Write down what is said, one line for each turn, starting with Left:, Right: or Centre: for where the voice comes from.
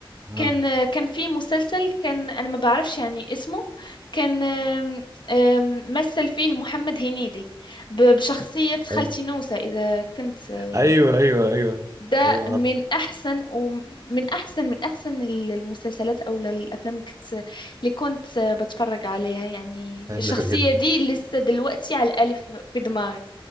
Right: آه،
Left: كان آه، كان في مسلسل كان أنا ما بعرفش يعني اسمه كان آم، آم، مثل فيه محمد هنيدي ب- بشخصية خالتي
Right: حلو
Left: نوسة إذا كنت آه، يعني
Right: ايوه ايوه ايوه
Left: ده
Right: ايوه
Left: من
Right: عارف
Left: احسن ومن احسن من احسن المسلسلات او الافلام اللي كنت اللي كنت بتفرج عليها يعني
Right: حلو
Left: الشخصيه
Right: جدا
Left: دي لسه دلوقتي على الالف في دماغي